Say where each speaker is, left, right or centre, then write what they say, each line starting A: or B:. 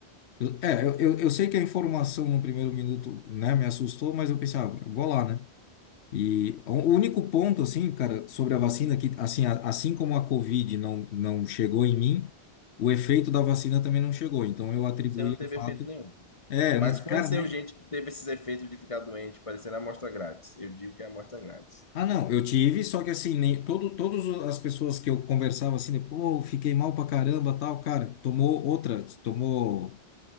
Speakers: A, on the left; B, on the left.
A: Eu- É, eu, eu, eu sei que a informação no primeiro minuto, né, me assustou, mas eu pensava, vou lá, né? E o o único ponto, assim, cara, sobre a vacina, que, assim, a- assim como a Covid não, não chegou em mim, o efeito da vacina também não chegou. Então, eu atribuí
B: Você não teve
A: o fato.
B: efeito nenhum.
A: É,
B: Mas
A: eu não,
B: conheceu
A: cara, mas.
B: gente que teve esses efeitos de ficar doente, parecendo amostra grátis. Eu digo que é amostra grátis.
A: Ah, não, eu tive, só que assim, nem, todo, todas as pessoas que eu conversava assim, pô, fiquei mal pra caramba, tal, cara, tomou outra, tomou.